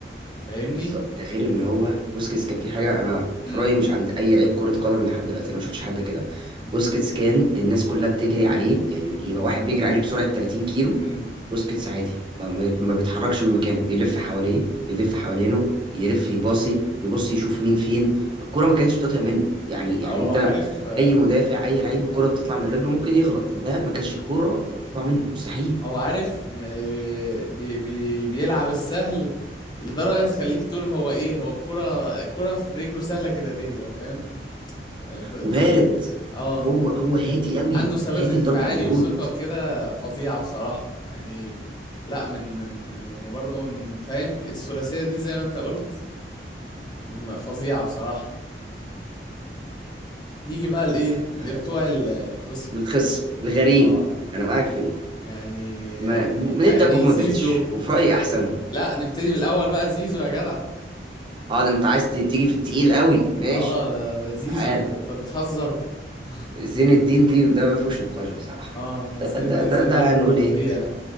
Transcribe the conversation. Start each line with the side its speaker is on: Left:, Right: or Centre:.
Left: فاهمني
Right: بالظبط ده غير ان هو بوسكيتس كان في حاجه انا
Left: امم
Right: في رايي مش عند اي لعيب كره قدم لحد دلوقتي انا ما شفتش حد كده
Left: امم
Right: بوسكيتس كان الناس كلها بتجري عليه يعني يبقى واحد بيجري عليه بسرعه 30 كيلو
Left: امم.
Right: بوسكيتس عادي ما, ما ما بيتحركش من مكانه بيلف حواليه يلف حوالينه يلف يباصي يبص يشوف مين فين الكره ما كانتش بتقطع منه يعني يعني
Left: او
Right: انت
Left: عارف
Right: اي مدافع اي لعيب الكره بتطلع من رجله ممكن يغلط ده ما كانش الكره تطلع منه مستحيل
Left: هو عارف م- بي بي بيلعب السهل لدرجة تخليك تقول هو ايه هو الكرة الكرة في رجله سهلة كده ليه لو فاهم يعني ت- ت-
Right: وبارد
Left: اه
Right: هو هو هادي قوي
Left: عنده ثبات
Right: هادي
Left: انفعالي
Right: لدرجه البرود
Left: وثقة كده فظيعة بصراحة يعني لا من من من يعني برضه من- فاهم الثلاثية دي زي ما انت قلت م- فظيعة بصراحة نيجي بقى
Right: لا
Left: لايه
Right: لا ده
Left: لبتوع ال- الخصم
Right: للخصم الغريم
Left: اه
Right: انا معاك في دي
Left: يعني
Right: ما
Left: يعني
Right: بنبدا
Left: يعني
Right: بمودريتش
Left: زيزو
Right: وفي رايي احسنهم
Left: لا نبتدي من الاول بقى زيزو يا جدع
Right: اه ده انت عايز ت- تيجي في التقيل قوي ماشي
Left: اه لا لا زيزو
Right: تعالى
Left: انت انت بتهزر <laughs>
Right: زين الدين دي ده ما فيهوش نقاش بصراحه
Left: اه
Right: ده
Left: زين
Right: ده
Left: الدين
Right: ده,
Left: زيدان
Right: ده هنقول
Left: فظيع
Right: ايه